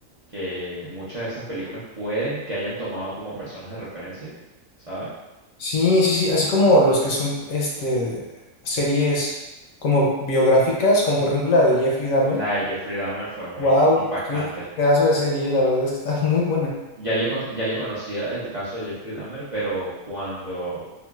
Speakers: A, on the right; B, on the left.
A: que muchas de esas películas pueden que hayan tomado como personas de referencia, ¿sabes?
B: Sí, sí, sí, así como los que son este, series como biográficas, como por ejemplo la de Jeffrey Dahmer.
A: La de Jeffrey Dahmer fue muy
B: Wow,
A: impactante.
B: qué pedazo de serie, la verdad es que está muy buena.
A: Ya yo, con- ya yo conocía el caso de Jeffrey Dahmer, pero cuando